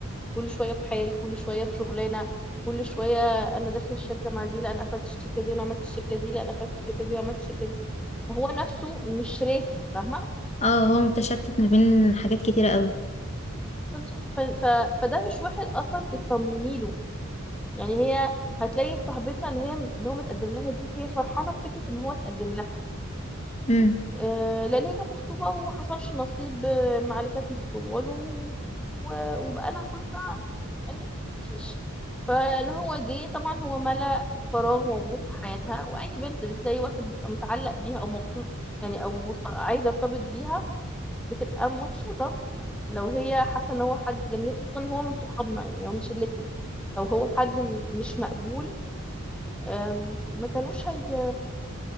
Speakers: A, in the centre; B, on the left.
A: كل شوية بحال كل شوية في شغلانة كل شوية أنا داخل الشركة مع دي لا أنا قفلت الشركة دي وأنا عملت الشركة دي لا أنا قفلت الشركة دي وعملت الشركة دي فهو نفسه مش راسي فاهمة
B: اه هو متشتت ما بين حاجات كتيرة قوي
A: بالظبط ف... ف... فده مش واحد اصلا تطمني له يعني هي هتلاقي صاحبتنا اللي هي اللي هو متقدم لها دي هي فرحانه بفكره ان هو اتقدم لها
B: امم
A: آه لان هي كانت مخطوبه وما حصلش نصيب آه، مع اللي كانت مخطوبه له و... وبقالها فتره يعني مفيش فان هو جه طبعا هو ملأ فراغ موجود في حياتها واي بنت بتلاقي واحد بيبقى متعلق بيها او مبسوط يعني او مرت... عايزه ارتبط بيها بتبقى مبسوطه لو هي حاسه ان هو حد جميل خصوصا إن هو من صحابنا يعني هو من شلتنا لو هو حد م- مش مقبول أم، ما كانوش هي